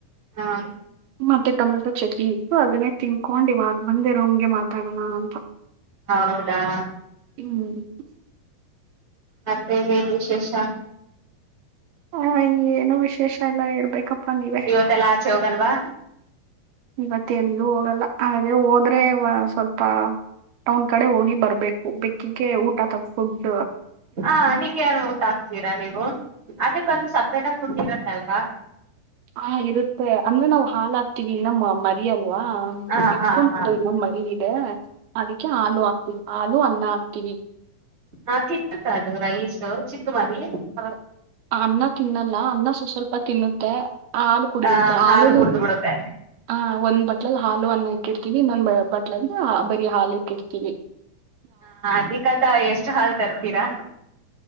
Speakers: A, on the right; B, on the right.
A: ಹಾ
B: ಮತ್ತೆ ಟೊಮೆಟೊ ಚಟ್ಕಿ ಇತ್ತು ಅದೇ ತಿನ್ಕೊಂಡ ಇವಾಗ ಬಂದೆ ರೋಮ್ಗೆ ಮಾತಾಡೋಣಾನ ಅಂತ
A: ಹೌದಾ
B: ಹ್ಮ್ ಹ
A: ಮತ್ತೆನೇನ್ ವಿಶೇಷ
B: ಹ ಏನು ವಿಶೇಷ ಎಲ್ಲ ಹೇಳ್ಬೇಕಪ್ಪಾ ನೀವೇ
A: ಇವತ್ತೆಲ್ಲ ಆಚೆ ಹೋಗಲ್ವಾ
B: ಇವತ್ತ ಎಲ್ಲೂ ಹೋಗಲ್ಲ ಹಾಗೆ ಹೋದ್ರೆ ಸ್ವಲ್ಪ ಟೌನ್ ಕಡೆ ಹೋಗಿ ಬರ್ಬೇಕು ಬೆಕ್ಕಿಗೆ ಊಟ ತಗಫುಡ್
A: ಹಾ ಅದಕ್ಕ ಏನ್ ಊಟ ಆಾಕ್ತೀರಾ ನೀವು ಅದಕ್ಕಂತ ಸಪ್ರೇಟ್ ಆಗ ಫುಡ್ ಇರತ್ತಲ್ವಾ
B: ಹಾ ಇರುತ್ತೆ ಅಂದ್ರೆ ನಾವ್ ಹಾಲ್ ಹಾಕ್ತೀವಿ ಇನ್ನ ಮರಿಯಲ್ಲ
A: ಹಾ
B: ಬೆಕ್ಕೊಂಡ
A: ಹಾ ಹಾ
B: ಇ ಮ ಇ ಅದಕ್ಕೆ ಹಲ ಹಾಕ್ತವಿ ಆ ದು ಅನ್ನ ಹಾಕ್ತೀವಿ
A: ಹಾ ತಿನ್ನುತ್ತ ಅದು ರೈಸ್ ಚಿಕ್ಕ ಮರಿ
B: ಹ <unintelligible> ಅನ್ನ ತಿನ್ನಲ್ಲ ಅನ್ನ ಸ್ ಸ್ವಲ್ಪ ತಿನ್ನುತ್ತೆ ಹಾಲು ಕುಡಿಯುತ್ತೆ
A: ಹ
B: ಹಾಲು
A: ಕುಡ್ದು ಬಿಡುತ್ತೆ
B: ಹ ಒಂದ್ ಬಟ್ಲಲ್ ಹಾ ಅನ್ನ ಇಟ್ಟಿರ್ತೀವಿ ಇನ್ನೊಂದ್ ಬಟ್ಲ ಅ ಬರಿೀ ಹಾಲು ಇ ಕೆಡ್ತೀನಿ <unintelligible>
A: ಹ ಅದಕ್ಕಂತ ಎಷ್ಟ ಹಾಲ್ ತರ್ತೀರಾ